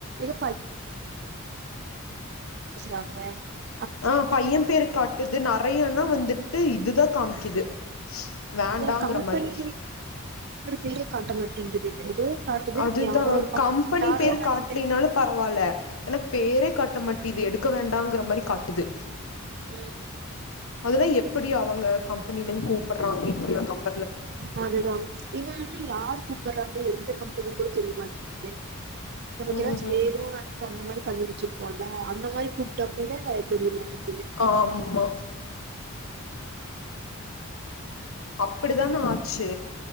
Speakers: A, on the right; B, on the left.
A: எதோ <unintelligible>
B: ஆ பையன் பேரு காட்டுது நெறையன்னா வந்துட்டு இதுதா காமிக்குது வேண்டாங்கற
A: என் கம்பெனி
B: மாரி
A: பேரே காட்டமாங்குது ஏதோ காட்டுது
B: அதுதா
A: நம்ம யாரோ ஒரு கம்
B: கம்பெனி
A: யாரோ
B: பேரு
A: நெனச்சிட்டு
B: காட்டலனாலும் பரவாயில்ல எனக்கு பேரே
A: ம்
B: காட்ட மாட் இது எடுக்க வேண்டாங்கிற மாரி காட்டுது
A: ம்
B: அதெல்லா எப்டி அவங்க கம்பெனில இருந்து கூப்பிடுறாங்க இப்டி நம்
A: அதுதா இது வந்து யாரு கூப்பற எந்த கம்ப பேரு கூட தெரிய மாட்டேங்குது நமக்கனாச்ச
B: ம் ம்
A: வேரு அந்த மாரி பண்ணிச்சு போனும் அந்த மாரி கூப்பிட்டா கூட தெரிய மாட்டேங்குது
B: ஆமா அப்டி தானே ஆச்சு